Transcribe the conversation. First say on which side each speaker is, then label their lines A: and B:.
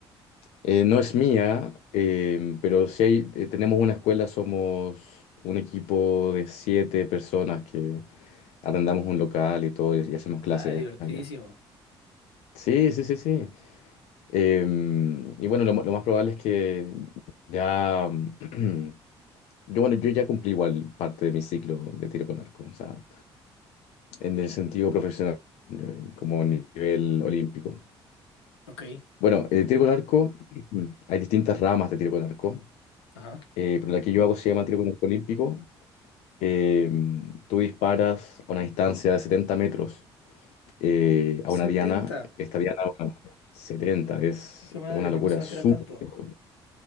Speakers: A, on the left; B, on the left.
A: Eh, no es mía, eh, pero si hay, eh, tenemos una escuela, somos un equipo de siete personas que arrendamos un local y todo y, y hacemos clases
B: Ah, divertidísimo.
A: allá. Sí, sí, sí, sí. Em, y bueno, lo, lo más probable es que ya <clears throat> Yo, bueno, yo ya cumplí igual parte de mi ciclo de tiro con arco, o sea, en el sentido profesional, eh, como nivel olímpico.
B: Ok.
A: Bueno, el tiro con arco, ujú, hay distintas ramas de tiro con arco,
B: Ajá.
A: eh, pero la que yo hago se llama tiro con arco olímpico. Eh, tú disparas a una distancia de setenta metros eh, a una
B: Setenta.
A: diana, esta diana, bueno, 70, es
B: Hijo de madre,
A: una
B: no
A: locura,
B: pensaba
A: es súper
B: que era tanto.
A: lejos.